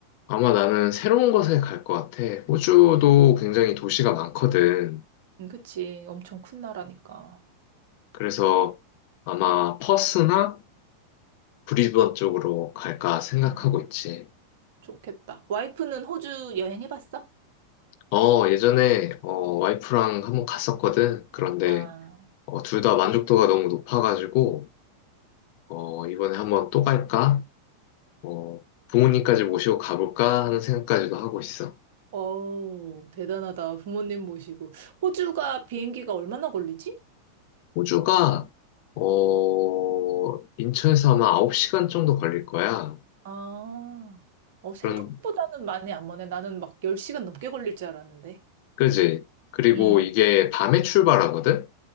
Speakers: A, on the left; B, on the right.
A: 아마 나는 새로운 곳에 갈 것 같아. 호주도 굉장히 도시가 많거든.
B: 음, 그치. 엄청 큰 나라니까.
A: 그래서 아마 퍼스나 브리즈번 쪽으로 갈까 생각하고
B: 와,
A: 있지.
B: 좋겠다. 와이프는 호주 여행 해봤어?
A: 어, 예전에 어, 와이프랑 한번 갔었거든. 그런데
B: 아,
A: 어, 둘다 만족도가 너무 높아가지고 어, 이번에 한번 또 갈까? 어, 부모님까지 모시고 가볼까 하는 생각까지도 하고 있어.
B: 어, 대단하다. 부모님 모시고. 호주가 비행기가 얼마나 걸리지?
A: 호주가 어 인천에서 아마 9시간 정도 걸릴 거야.
B: 아, 어, 생각보다는
A: 그런
B: 많이 안 머네. 나는 막 10시간 넘게 걸릴 줄 알았는데.
A: 그지? 그리고
B: 음,
A: 이게 밤에 출발하거든?